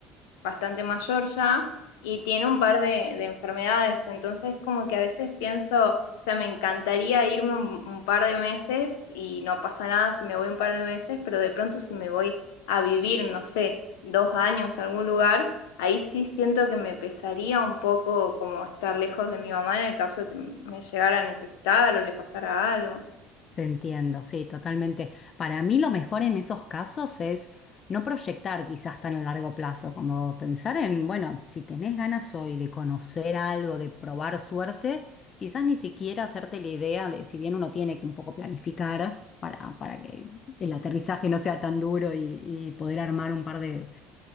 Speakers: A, on the left (about 75°); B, on the left (about 45°).
A: bastante mayor ya y tiene un par de, de enfermedades, entonces como que a veces pienso, o sea, me encantaría irme un, un par de meses y no pasa nada si me voy un par de meses, pero de pronto si me voy a vivir, no sé, dos años a algún lugar, ahí sí siento que me pesaría un poco como estar lejos de mi mamá en el caso que me llegara a necesitar o le pasara algo.
B: te entiendo, sí, totalmente. Para mí lo mejor en esos casos es no proyectar quizás tan a largo plazo, como pensar en, bueno, si tenés ganas hoy de conocer algo, de probar suerte, quizás ni siquiera hacerte la idea de, si bien uno tiene que un poco planificar para, para que el aterrizaje no sea tan duro y, y poder armar un par de